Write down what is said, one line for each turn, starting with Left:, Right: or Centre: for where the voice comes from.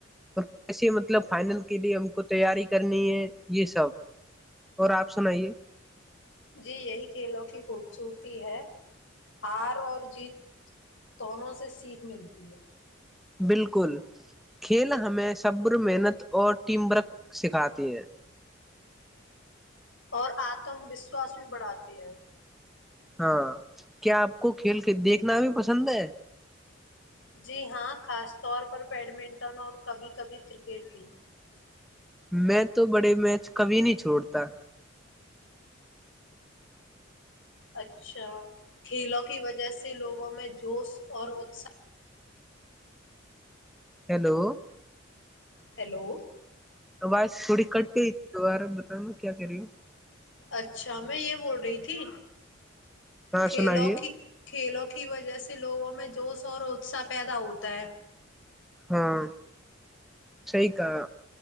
Centre: اور کیسے مطلب فائنل کے لیے ہم کو تیاری کرنی ہے یہ سب اور آپ سنائیے
Left: جی یہی کھیلوں کی خوبصورتی ہے ہار اور جیت دونوں سے سیکھ ملتی ہے
Centre: بالکل کھیل ہمیں صبر محنت اور ٹیم ورک سکھاتی ہیں
Left: اور آتم وشواس بھی بڑھاتی ہے
Centre: ہاں کیا آپ کو کھیل دیکھنا اھی پسند ہے
Left: جی ہاں خاص طور پر بیڈمنٹن اور کبھی کبھی کرکٹ بھی
Centre: میں تو بڑے میچ کبھی نہیں چھوڑتا
Left: اچھا کھیلوں کی وجہ سے لوگوں میں جوش اور اتساہ
Centre: ہیلو
Left: ہیلو
Centre: آواز تھوڑی کٹ گئی ت دوبارہ بتانا کیا کر رہی ہوں
Left: اچھا میں یہ بول رہی تھی
Centre: ہاں
Left: کھیلوں
Centre: سنائیے
Left: کی کھیلوں کی وجہ سے لوگوں میں جوش اور اتصاہ پیدا ہوتا ہے
Centre: ہاں صحی کہا